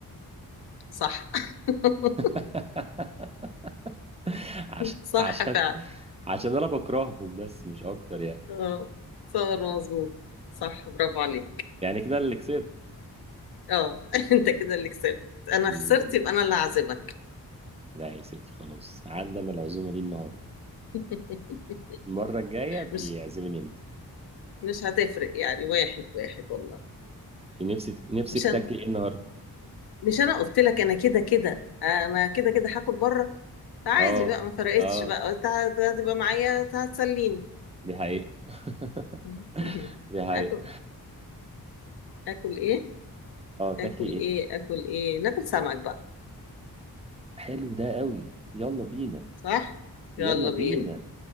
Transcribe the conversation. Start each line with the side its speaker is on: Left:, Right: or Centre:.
Left: صح <laughs>
Right: <laughs> عشان
Left: صح
Right: عشان
Left: فعلا
Right: عشان أنا بكرههم بس مش أكتر يعني
Left: اه صور مظبوط صح برافو عليك
Right: يعني كده اللي كسبت
Left: اه <laughs> انت كده اللي كسبت انا
Right: مم،
Left: خسرت يبقى انا اللي هعزمك
Right: لا يا ستي خلاص عندنا العزومة دي النهاردة
Left: <laughs>
Right: المرة الجاية بيعزمني
Left: مش
Right: أنت
Left: مش هتفرق يعني واحد واحد والله
Right: نفسي نفسك
Left: مش
Right: تاكلي
Left: انا
Right: إيه النهاردة؟
Left: مش انا قلت لك انا كده كده انا كده كده هاكل بره عادي
Right: أه
Left: بقى ما فرقتش
Right: أه
Left: بقى انت هت- هتبقى معايا هت- هتسليني
Right: دي حقيقة <laughs>
Left: <laughs>
Right: دي حقيقة
Left: اكل اكل ايه
Right: أه تاكلي
Left: اكل ايه
Right: إيه؟
Left: اكل ايه ناكل سمك بقى
Right: حلو ده قوي يلا بينا
Left: صح
Right: يلا
Left: يلا
Right: بينا
Left: بينا